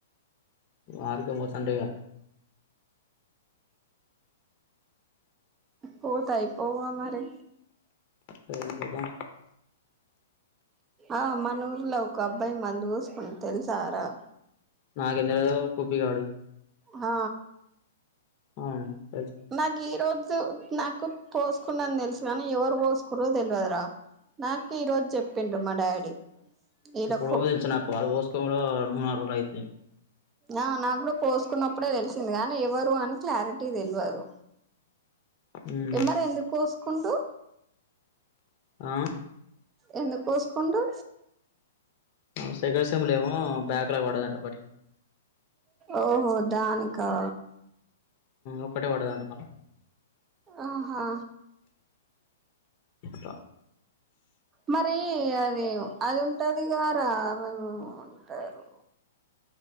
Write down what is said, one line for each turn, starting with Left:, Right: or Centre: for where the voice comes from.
Left: ఆడికే పోతాంటే ఇగ
Right: పోతే ఐపోవా మరి
Left: వెళ్ళిపోతాం
Right: ఆ మనుర్లో ఒక అబ్బాయి మందు పోసుకుండు తెలుసా రా
Left: నాక్ ఎందుకు తెల్వదు కుపీ గాడు
Right: ఆ
Left: అవునండి
Right: నాకి ఈ రోజు జు నాకు పోసుకుండని తెలుసు కానీ ఎవరు పోసుకురో తెల్వదు రా నాకు ఈరోజు చెప్పిండు మా డాడీ వీళ్ళ
Left: ఎప్పుడో తెల్సు నాకు వాడు పోసుకొని కూడా మూడు నాలుగు రోజులు అయి
Right: ఆ నాకూడ పోసుకున్నప్పుడే తెలిసిందిగా ని ఎవరు అని క్లారిటీ తెల్వదు
Left: ఉమ్
Right: ఏ మరి ఎందుకు పోసుకుండు
Left: ఆ
Right: ఎందుకు పోసుకుండు
Left: ఆ సెకండ్ సెమ్లో ఏమో బ్యాక్ లాక్ పడ్డదంట ఒకటి
Right: ఓహో దానికా
Left: ఒక్కటే పడదంట మళ్ళా
Right: ఆహా
Left: అట్లా
Right: మరి అదే అది ఉంటదిగా రామమ ఉంటారు